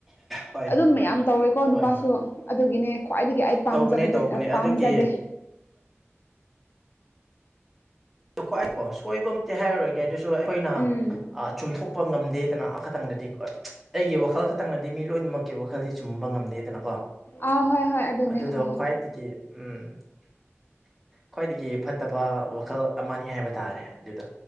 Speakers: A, in the centre; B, on the left.
A: ꯍꯣꯏ
B: ꯑꯗꯨꯝ
A: ꯍꯣꯏ
B: ꯃꯌꯥꯝ
A: ꯍꯣꯏ
B: ꯇꯧꯋꯦꯀꯣ
A: ꯍꯣꯏ
B: ꯅꯨꯄꯥꯁꯨ
A: ꯍꯣꯏ
B: ꯑꯗꯨꯒꯤꯅꯦ ꯈ꯭ꯋꯥꯏꯗꯒꯤ ꯑꯩ
A: ꯇꯧꯕꯅꯦ
B: ꯄꯥꯝꯖꯕꯗꯤ
A: ꯇꯧꯕꯅꯦ ꯑꯗꯨꯒꯤ
B: ꯄꯥꯝꯖꯗꯦ
A: ꯈꯏꯣ ꯁꯣꯏꯕ ꯑꯝꯇꯤ ꯍꯥꯏꯔꯔꯒꯦ ꯑꯗꯨꯁꯨ ꯑꯩꯈꯣꯏꯅ
B: ꯎꯝ
A: ꯆꯨꯝꯊꯣꯛ ꯀꯞꯄ ꯉꯝꯗꯦꯗꯅ ꯑꯃ ꯈꯛꯇꯪꯗꯗꯤ ꯑꯩꯒꯤ ꯋꯥꯈꯜ ꯈꯛꯇꯪꯅꯗꯤ ꯃꯤ ꯂꯣꯏꯅꯃꯛꯀꯤ ꯋꯥꯈꯜꯗꯤ ꯆꯨꯝꯕ ꯉꯝꯗꯦꯗꯅꯀꯣ
B: ꯑꯥ ꯍꯣꯏ ꯍꯣꯏ ꯑꯗꯨꯅꯦ
A: ꯑꯗꯨꯗꯣ
B: ꯑꯥ
A: ꯈ꯭ꯋꯥꯏꯗꯒꯤ ꯎꯝ ꯈ꯭ꯋꯥꯏꯗꯒꯤ ꯐꯠꯇꯕ ꯋꯥꯈꯜ ꯑꯃꯅꯤ ꯍꯥꯏꯕ ꯇꯥꯔꯦ ꯑꯗꯨꯗꯣ